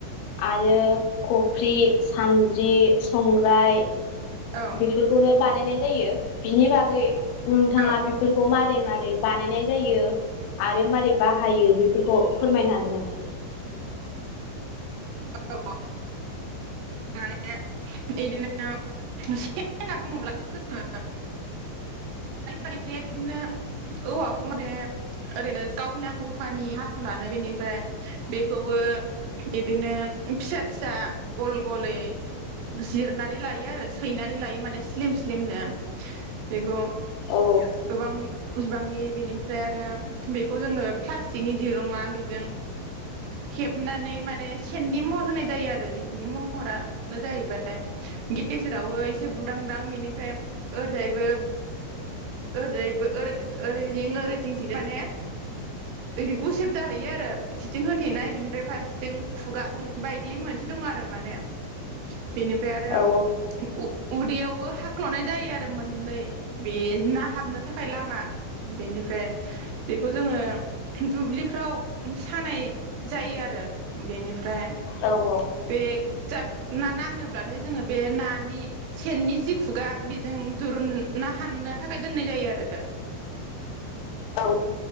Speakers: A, on the left; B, on the right.
A: आरो खफ्रि, सान्द्रि, संग्राय।
B: औ
A: बेफोरखौनो बानायनाय जायो बिनि बागै नोंथाङा
B: औ
A: बेफोरखौ मारै मार रै बानायनाय जायो आरो मारै बाहायो बेफोरखौ फोरमायनो हागोन नामा?
B: औ माने इदिनोे सेन होनना बुङोब्लाथ' जोङो <inaudible> बिदिनो औवाखौ माने ओरैनो <unintelligible> हास'नानै बेनिफ्राय बेखौबो इदिनो फिसा फिसा गल गलै जिरनानै लायो आरो सैनानै लायो माने स्लिम स्लिमनो बेखौ
A: औ
B: गोबां <unintelligible> बेनिफ्राय आरो बेखौ जोङो प्लास्टिकनि दिरुङा बेजों हेबनानै माने सेननि महर होनाय जायो आरो बिनि मह महरानो जाहैबाय गेजेरावबो एसे बुदांदां बेनिफ्राय ओरैजायबो ओरैजायबो ओरैजि-ओरै जिं-ओरै जिंंथिंजाय माने ओरै गुसेब जाहैयो आरो फारसेथिं होथेनाय बिनिफ्राय फारसेथिं खुगा बायदि मोनसे दं आरो माने। बेनिफ्राय आरो
A: औ
B: उ उदैयावबो हाख्ल'नाय जायो आरो मोननै बे ना हाबनो थाखाय लामा बेनिफ्राय बेखौ जोङो दुब्लिफ्राव सानाय जायो आरो बेनिफ्राय
A: औ औ
B: बे जा ना नाङोब्लाथाय जोङो बे नानि सेननि जि खुगा बेजों दुरुनना हाननो थाखाय दोननाय जायो आरो
A: औ